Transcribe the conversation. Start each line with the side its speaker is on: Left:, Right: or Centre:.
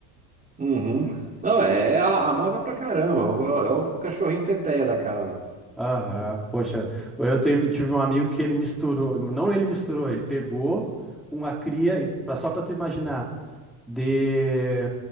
Right: Uhum. Não, é a- amável pra caramba, é o, é o cachorrinho teteia da casa.
Centre: Aham, poxa, eu teve, tive um amigo que ele misturou, não ele misturou, ele pegou uma cria, e- pra- só pra tu imaginar, de